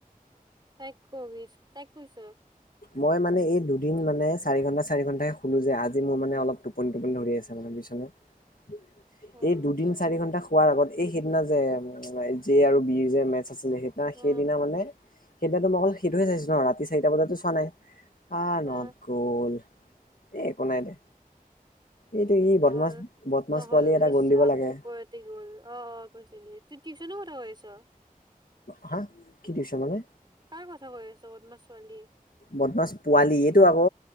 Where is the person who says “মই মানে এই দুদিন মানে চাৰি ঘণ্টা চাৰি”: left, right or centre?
Left